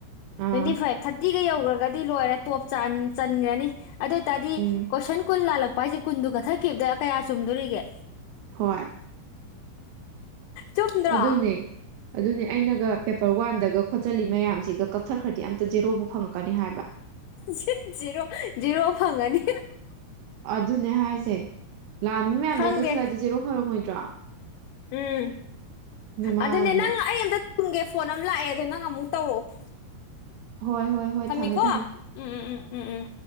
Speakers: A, on the right; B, on the left.
A: ꯑꯥ
B: ꯇ꯭ꯋꯦꯟꯇꯤ ꯐꯥꯏꯚ ꯊꯥꯔꯇꯤꯒ ꯌꯧꯈ꯭ꯔꯒꯗꯤ ꯂꯣꯏꯔꯦ ꯇꯣꯞ ꯆꯟꯈ꯭ꯔꯅꯤ ꯑꯗꯨ ꯑꯣꯏ ꯇꯥꯔꯗꯤ
A: ꯎꯝ
B: ꯀꯣꯏꯁꯟ ꯀꯨꯟ ꯂꯥꯜꯂꯛꯄ ꯍꯥꯏꯁꯦ ꯀꯨꯟꯗꯨ ꯀꯠꯊꯛꯈꯤꯕꯗ ꯀꯌꯥ ꯆꯨꯝꯗꯣꯔꯤꯒꯦ
A: ꯍꯣꯏ
B: ꯆꯨꯝꯗ꯭ꯔꯣ
A: ꯑꯗꯨꯅꯦ ꯑꯗꯨꯅꯦ ꯑꯩꯅꯒ ꯔ ꯋꯥꯟꯗꯒ ꯈꯣꯠꯆꯜꯂꯤ ꯃꯌꯥꯝꯁꯤꯒ ꯀꯛꯊꯠꯈ꯭ꯔꯗꯤ ꯑꯝꯇ ꯖꯦꯔꯣꯕꯨ ꯐꯪꯉꯛꯀꯅꯤ ꯍꯥꯏꯕ
B: ꯖꯤ ꯖꯤꯔꯣ ꯖꯤꯔꯣ ꯐꯪꯉꯅꯤ
A: ꯑꯗꯨꯅꯦ ꯍꯥꯏꯁꯦ ꯂꯥꯟꯕ ꯃꯌꯥꯝꯗꯨꯏ
B: ꯈꯪꯗꯦ
A: ꯀꯛꯊꯠꯂꯗꯤ ꯖꯦꯔꯣ ꯐꯪꯉꯣꯏꯗ꯭ꯔꯣ
B: ꯎꯝ
A: ꯃꯥꯅ
B: ꯑꯗꯨꯅꯦ ꯅꯪ ꯑꯩ ꯑꯝꯇ <inaudible> ꯒꯦ ꯐꯣꯟ ꯑꯃ ꯂꯥꯛꯑꯦ ꯑꯗꯣ ꯅꯪ ꯑꯃꯨꯛ ꯇꯧꯔꯛꯑꯣ
A: ꯍꯣꯏ ꯍꯣꯏ ꯍꯣꯏ
B: ꯊꯝꯃꯦꯀꯣ
A: ꯊꯝꯃꯦ ꯊꯝꯃꯦ
B: ꯎꯝ ꯎꯝ ꯎꯝ ꯎꯝ ꯎꯝ